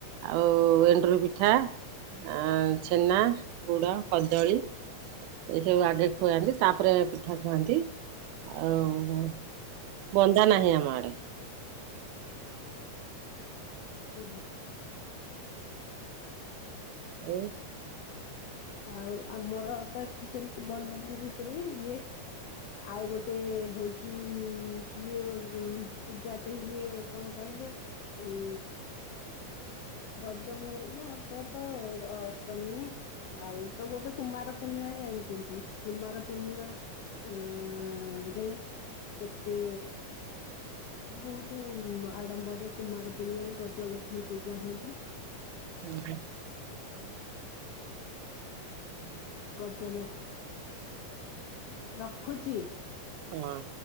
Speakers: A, on the right; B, on the left.
A: ଆଉ ଏଣ୍ଡୁରି ପିଠା ଆ ଛେନା, ଗୁଡ, କଦଳୀ ଏସବୁ ଆଗେ ଖୁଆନ୍ତି ତାପରେ ପିଠା ଖୁଆନ୍ତି ଆଉ ବନ୍ଦା ନାହିଁ ଆମ ଆଡ଼େ।
B: <unintelligible>
A: ଆଉ
B: ଆଉ ଆମର ତ ଏଠି ସେମିତି ବନ୍ଦା ବନ୍ଦୀ ହୁଏ ଇଏ ଆଉ ଗୋଟେ ହଉଚି ଇଏ ପୂଜାଟେ ହୁଏ। କଣ କହିଲେ ଉଁ ରଜ ମୋ <unintelligible> ଅଷ୍ଟମୀ ଆଉ ତ ଗୋଟେ କୁମାର ପୂର୍ଣ୍ଣିମା ଜାଣିଛନ୍ତି କୁମାର ପୂର୍ଣ୍ଣିମା। ଆ ଦେ କେତେ ବହୁତ ଆଡ଼ମ୍ବରେ କୁମାର ପୂର୍ଣ୍ଣିମା ଗଜଲକ୍ଷ୍ମୀ ପୂଜା ହୁଅନ୍ତି।
A: ଉହୁଁ। ହୁଁ।
B: ଗଜଲ ରଖୁଛି।
A: ହଁ।